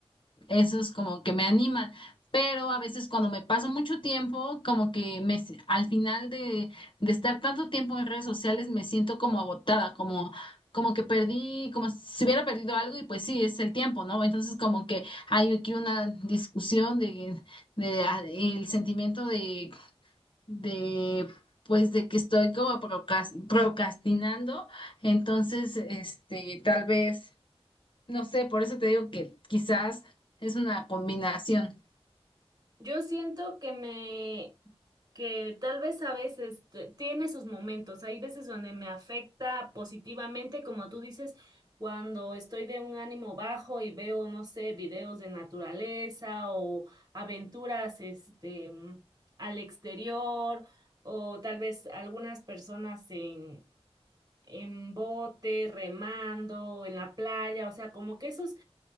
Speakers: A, on the left; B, on the right.
A: Eso es como que me anima, pero a veces cuando me paso mucho tiempo, como que me, s- al final de, de estar tanto tiempo en redes sociales me siento como agotada, como, como que perdí, como si hubiera perdido algo y pues sí, es el tiempo, ¿no? Entonces como que hay aquí una discusión de, de ah, el sentimiento de, de pues de que estoy como procras- procrastinando, entonces este, tal vez no sé, por eso te digo que quizás es una combinación.
B: Yo siento que me, que tal vez a veces te- tiene sus momentos. Hay veces donde me afecta positivamente, como tú dices, cuando estoy de un ánimo bajo y veo, no sé, videos de naturaleza o aventuras, este, mm, al exterior, o tal vez algunas personas en en bote, remando, en la playa, o sea, como que esos,